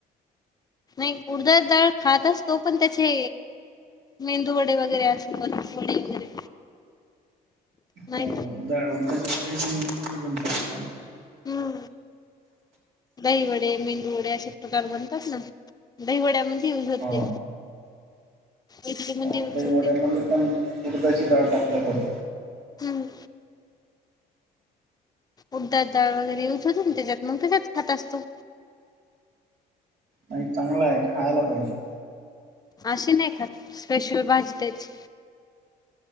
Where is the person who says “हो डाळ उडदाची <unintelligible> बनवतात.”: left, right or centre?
Right